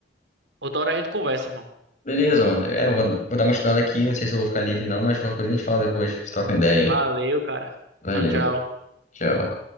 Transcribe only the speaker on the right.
outra hora a gente conversa, irmão.
Valeu,
cara.
Tchau, tchau.